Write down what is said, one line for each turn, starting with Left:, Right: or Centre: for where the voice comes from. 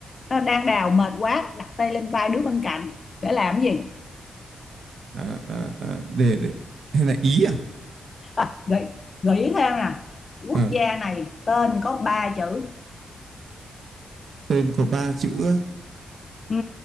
Left: ta đang đào mệt quá đặt tay lên vai đứa bên cạnh để làm gì
Right: à, à, à, để để hay là ý à
Left: à, gợi, gợi ý thêm nè quốc
Right: Ờ,
Left: gia này tên có ba chữ
Right: tên có ba chữ
Left: ừ,